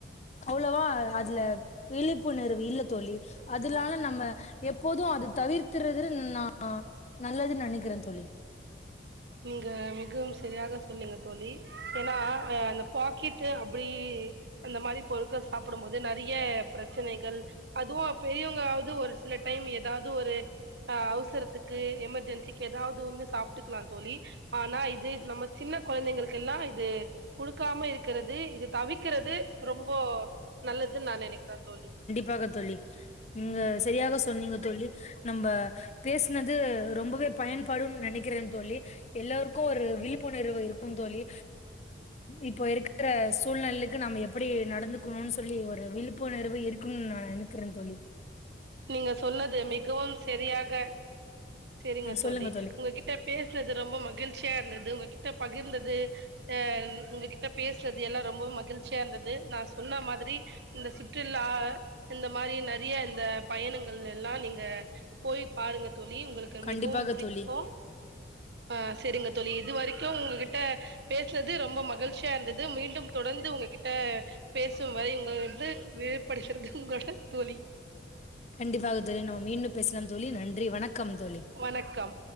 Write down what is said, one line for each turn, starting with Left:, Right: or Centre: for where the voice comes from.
Left: அவ்ளவா அதுல விழிப்புணர்வு இல்ல தோழி அதுனால நம்ம எப்போது அது தவிர்த்ர்றது நா நல்லதுனு நெனைக்கிறேன் தோழி
Right: நீங்க மிகவும் சரியாக சொன்னீங்க தோழி ஏனா அந்த பாக்கெட் அப்டி அந்த மாரி பொருட்கள் சாப்பிடும்போது நெறயா பிரச்சனைகள் அதுவு பெரியவங்காவது ஒரு சில டைம் எதாவது ஒரு அவசரத்துக்கு எமர்ஜென்சிக்கு எதாவது ஒன்னு சாப்ட்டுக்கலா தோழி ஆனா இது நம்ம சின்ன கொழந்தைங்களுக்கெல்லா இது குடுக்காம இருக்கிறது இது தவிக்கிறது ரொம்போ நல்லதுன்னு நா நினைக்கிறேன் தோழி
Left: பாக தோழி நீங்க சரியாக சொன்னீங்க தோழி நம்ப பேசுனது ரொம்பவே பயன்படுனு நினைக்கிறேன் தோழி எல்லோருக்கு ஒரு விழிப்புணர்வு இருக்கும் தோழி இப்போ இருக்கிற சூழ்நிலைக்கு நம்ம எப்படி நடந்துக்கணுனு சொல்லி ஒரு விழிப்புணர்வு இரு க்குன்னு நா நெனக்கிறேன் சொல்லி
Right: நீங்க சொன்னது மிகவும் சரியாக செரிங்க
Left: ஆ
Right: தோழி
Left: சொல்லுங்க
Right: உங்ககிட்ட பேசினது ரொம்ப மகிழ் சியா இருந்தது உங்ககிட்ட பகிர்ந்தது அ உங்ககிட்ட பேசுனது எல்லா ரொம்பவு மகிழ்ச்சியா இருந்தது நா சொன்ன மாதிரி இந்த சுற்றுலா இந்த மாரி நெறைய இந்த பயணங்கள் எல்லா நீங்க போய் பாருங்க தோழி உங்களுக்கு
Left: கண்டிப்பாக
Right: மிகவும் புடிக்கு
Left: தோழி
Right: ஆ சேரிங்க தோழி இதுவரைக் கு உங்ககிட்ட பேசுனது ரொம்ப மகிழ்ச்சியா இருந்தது மீண்டும் தொடர்ந்து உங்ககிட்ட பேசும் வ ரை இங்க இருந்து விடைப்படுகிறது உங்ளோட தோழி
Left: கண்டிப்பாக தோழி நம்ம மீண்டும் பேசலாம் தோழி நன்றி வணக்கம் தோழி
Right: வணக்கம்